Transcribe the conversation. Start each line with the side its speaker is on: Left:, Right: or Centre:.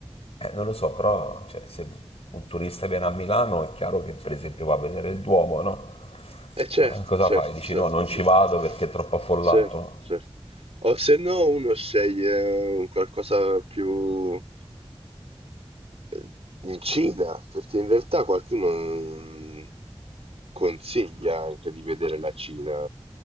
Left: Eh, non lo so, però cioè, se un turista viene a Milano è chiaro che per esempio va a vedere il Duomo, no?
Right: Eh certo,
Left: Eh, cosa
Right: certo,
Left: fai? Dici
Right: certo,
Left: no, non
Right: certo,
Left: ci vado perché è troppo affollato.
Right: certo, certo. O se no uno sceglie eh, un qualcosa più eh, in Cina, perché in realtà qualcuno mm, consiglia anche di vedere la Cina,